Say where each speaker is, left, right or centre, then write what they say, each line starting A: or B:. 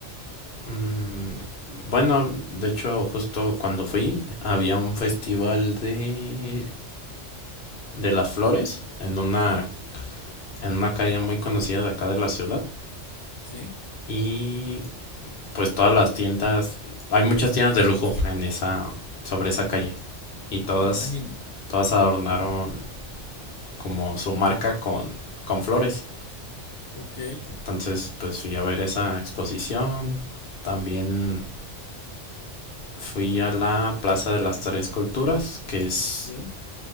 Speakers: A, on the left; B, on the left.
A: mm, bueno, de hecho, justo cuando fui, había un festival de, de las flores en una,
B: Sí,
A: en una calle muy conocida de acá de la ciudad.
B: sí,
A: Y pues todas las tiendas, hay muchas tiendas de lujo en esa, sobre esa calle y todas,
B: me imagino.
A: todas adornaron como su marca con, con flores.
B: Ok,
A: Entonces, pues fui a ver esa exposición. También fui a la Plaza de las Tres Culturas, que es,
B: sí,